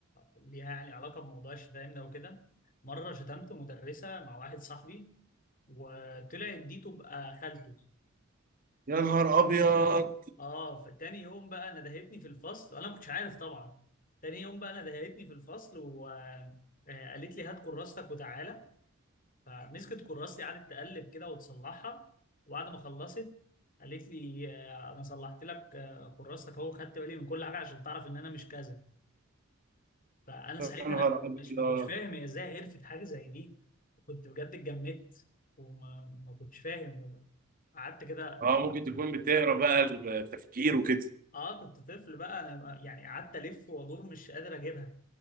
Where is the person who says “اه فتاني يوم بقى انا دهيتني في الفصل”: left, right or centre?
Left